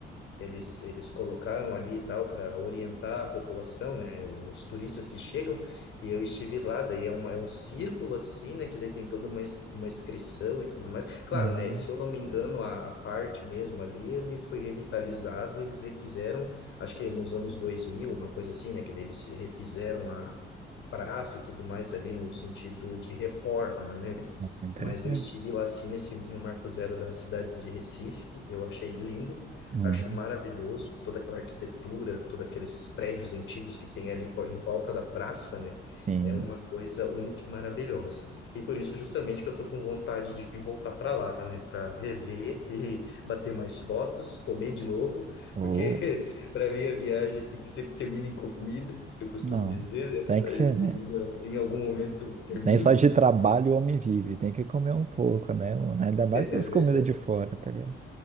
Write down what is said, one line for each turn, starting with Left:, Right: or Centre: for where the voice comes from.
Left: eles, eles colocaram ali e tal para orientar a população, né, os turistas que chegam. E eu estive lá, daí é, uma, é um círculo assim, né, que daí tem toda uma, ins- uma inscrição e tudo mais. Claro,
Right: Uhum.
Left: né, se eu não me engano, a, a parte mesmo ali, ele foi revitalizado, e eles refizeram acho que nos anos 2000 uma coisa assim, né? Que daí eles refizeram a praça e tudo mais ali no sentido de reforma, né?
Right: Ah, Interessante.
Left: Mas eu estive lá sim nesse, no Marco Zero da cidade de Recife, eu achei lindo,
Right: Uhum.
Left: acho maravilhoso toda aquela arquitetura, todos aqueles prédios antigos que tem ali po- em volta da praça, né?
Right: Sim.
Left: É uma coisa única e maravilhosa. E por isso, justamente, que eu estou com vontade de voltar para lá, né? Para rever e bater mais fotos, comer de novo,
Right: Ou,
Left: porque para mim, a viagem tem que sempre termina em comida, que eu costumo
Right: não.
Left: dizer,
Right: Tem
Left: né?
Right: que
Left: A
Right: ser,
Left: gente termina,
Right: né?
Left: em algum momento, termina
Right: Nem só
Left: em comida,
Right: de trabalho o homem vive, tem que comer um pouco, né? mano? Ainda
Left: <laughs>
Right: mais
Left: é
Right: as
Left: verdade.
Right: comidas de fora, tá ligado?